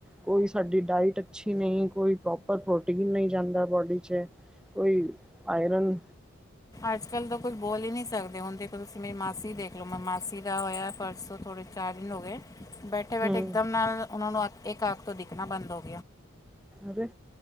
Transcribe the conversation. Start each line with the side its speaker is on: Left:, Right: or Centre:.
Centre: ਕੋਈ ਸਾਡੀ ਡਾਇਟ ਅੱਛੀ ਨਹੀਂ, ਕੋਈ ਪ੍ਰੋਪਰ ਪ੍ਰੋਟੀਨ ਨਹੀਂ ਜਾਂਦਾ ਬੋਡੀ ਚ ਕੋਈ ਆਯਰਨ
Left: ਅੱਜ ਕੱਲ ਤਾਂ ਕੁਝ ਬੋਲ ਹੀ ਨਹੀ ਸਕਦੇ ਹੁਣ ਦੇ ਤੁਸੀਂ ਮੇਰੀ ਮਾਸੀ ਦੇਖ ਲਓ, ਮੈਂ ਮਾਸੀ ਦਾ ਹੋਇਆ ਪਰਸੋਂ ਥੋੜ੍ਹੇ ਚਾਰ ਦਿਨ ਹੋ ਗਏ ਬੈਠੇ ਬੈਠੇ
Centre: ਹੂੰ
Left: ਇਕਦਮ ਨਾਲ ਉਹਨਾ ਨੂੰ ਇੱਕ ਅੱਖ ਤੋਂ ਦਿਖਣਾ ਬੰਦ ਹੋ
Centre: ਅਰੇ